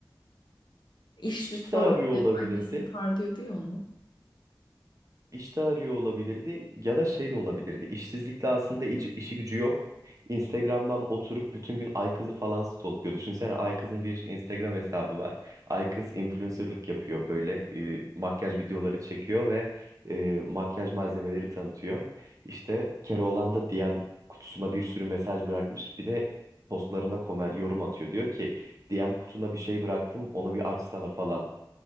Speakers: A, on the left; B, on the right.
A: İşsiz
B: İşte
A: falan
B: arıyor
A: hep
B: olabilirdi.
A: annesi parlıyordu ya onu.
B: İşte arıyor olabilirdi ya da şey de olabilirdi. İşsizlikle aslında ici- işi gücü yok. Instagram'dan oturup bütün gün Aykız'ı falan stalkluyor. Düşünsene Aykız'ın bir Instagram hesabı var. Aykız influencerlık yapıyor böyle e, makyaj videoları çekiyor ve e, makyaj malzemeleri tanıtıyor. İşte Keloğlan da DM kutusuna bir sürü mesaj bırakmış. Bir de postlarına komen, yorum atıyor. Diyor ki DM kutuna bir şey bıraktım onu bir açsana falan.